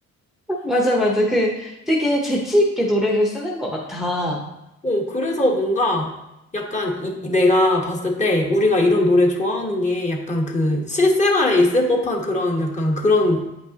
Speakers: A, in the centre; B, on the left.
A: 맞아, 맞아. 그 되게 재치 있게 노래를 쓰는 것 같아.
B: 어, 그래서 뭔가 약간 이, 이 내가 봤을 때 우리가 이런 노래 좋아하는 게 약간 그 실생활에 있을 법한 그런 약간 그런